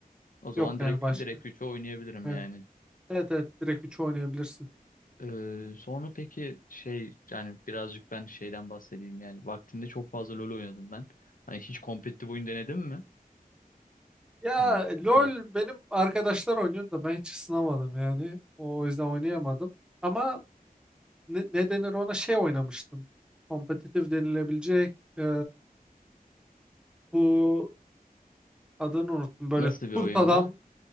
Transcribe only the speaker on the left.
O zaman
direkt
direkt üçü oynayabilirim
yani.
Ee, sonra peki şey yani birazcık ben şeyden bahsedeyim yani vaktinde çok fazla LoL oynadım ben. Hani hiç kompetitif oyun denedin mi?
Yani
bu tarz
nasıl
bir oyundu?